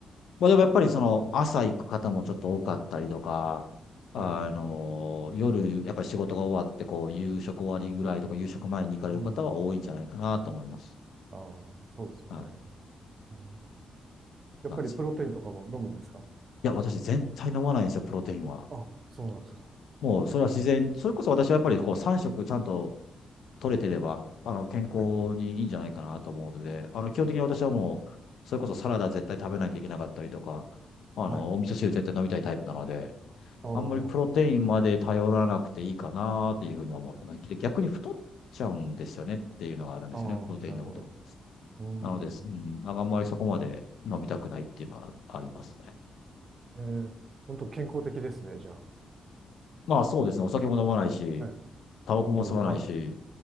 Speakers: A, on the left; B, on the right.
A: まあでもやっぱりその朝行く方もちょっと多かったりとか、あのー夜、
B: はい。
A: やっぱり仕事が終わって、こう、夕食終わりぐらいとか、夕食前に行かれる方は多いんじゃないかなと思います。
B: うん。ああ、そうですよね。
A: はい。
B: うん、やっぱりプロテインとかも飲むんですか
A: なんですよ。いや、私絶対飲まないんですよ、プロテインは。
B: あ、そうなんですか。
A: もうそれは自然、
B: うん
A: それこそ私はやっぱりこう3食ちゃんと取れてれば、あの、健康にいいんじゃないかなと思うので、
B: はい。
A: あの、基本的に私はもう、
B: あ
A: それこそサラダ絶対食べないといけなかったりとか、あの、
B: はい。
A: お味噌汁絶対飲みたいタイプなので、
B: ああ、お
A: あんまりプロテインまで頼らなくていいかなっていうふうに思ってます。で逆に太っちゃうんですよねっていうのがあるんですよね、
B: ああ、
A: プロテイン飲むと。
B: なるほど。うー
A: なので、うん、
B: ん。
A: あんまりそこまで飲みたくないっていうのはありますね。
B: えー、本当健康的ですね、じゃあ。
A: まあそうですね、お酒も飲まないし、
B: はい。
A: タバコも吸わないし、
B: 本当に。はい。